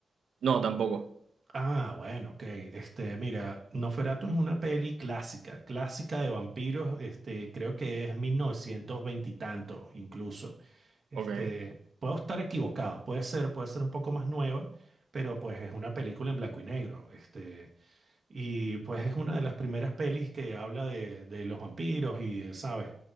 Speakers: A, on the right (about 85°); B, on the right (about 40°).
A: No, tampoco.
B: ah, bueno, ok. Este, mira, Noferatu es una peli clásica, clásica de vampiros. Este, creo que es 1920 y tanto, incluso. Este,
A: Ok.
B: puedo estar equivocado, puede ser, puede ser un poco más nueva, pero pues es una película en blanco y negro. Este, y pues es una de las primeras pelis que habla de, de los vampiros y, ¿sabes?